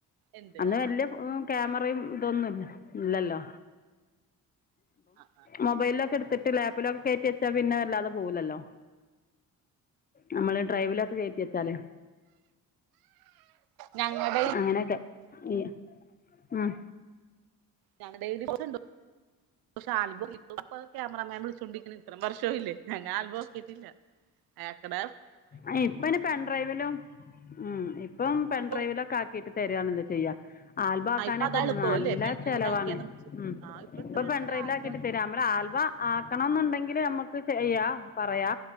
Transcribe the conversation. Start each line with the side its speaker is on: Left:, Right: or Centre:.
Right: ഉണ്ട്
Left: അന്ന്
Right: ആ
Left: വെല്യ ഫോം ക്യാമറയും ഇതൊന്നും ഇല്യ ഇല്ലല്ലോ
Right: ആഹ്
Left: മൊബൈലൊക്കെ ഇട്ത്ത്ട്ട് ലാപ്പിലൊക്കെ കേറ്റി വെച്ചാ പിന്നെ വെല്ലാതെ പോവൂലല്ലോ നമ്മള് ഡ്രൈവിലൊക്കെ കേറ്റി വെച്ചാല്
Right: ഞങ്ങള്
Left: അങ്ങനെയെക്കെ ഈ ഉം
Right: ഞങ്ങള ഡെെഡി ഉണ്ട് പക്ഷെ ആൽബും ലിപ്പും ഇപ്പത് ക്യാമറമേൻ വിളിച്ചോണ്ടിരിക്ക്ണേണ് ഇത്രം വർഷോ ആയില്ലേ ഞാൻ ആൽബം ഓക്കീട്ട്ല്യ ഏക്കട
Left: അഇപ്പൈന് പെൻഡ്രൈവിലും ഉം ഇപ്പം പെൻഡ്രൈവിലൊക്കെ
Right: നമുക്ക്
Left: ആക്കിട്ട് തെര്യാണല്ലോ ചെയ്യാ ആൽബാക്കാനൊക്കെ
Right: ആ ഇപ്പൊ അതാ എളുപ്പം
Left: നല്ല
Right: അല്ലേ പെൺഡ്രൈവിൽ
Left: ചെലവാണ്
Right: ആക്കിയാ നമുക്ക്
Left: ഉം
Right: ആ എത്രയാണ്
Left: ഇപ്പൊ പെൺട്രൈവില്
Right: ഒരു ആൽബം
Left: ആക്കിട്ട് തെര്യാ ഇമ്മടെ ആൽബം ആക്കണംന്ന്ണ്ടെങ്കില് അമ്മക്ക് ചെയ്യാ പറയാ